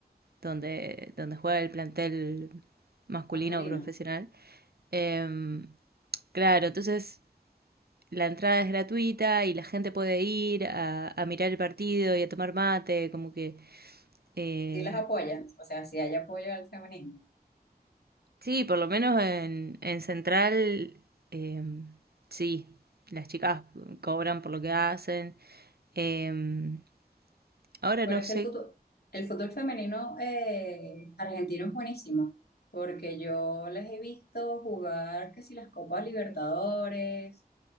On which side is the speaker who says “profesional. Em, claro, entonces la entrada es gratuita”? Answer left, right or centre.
Right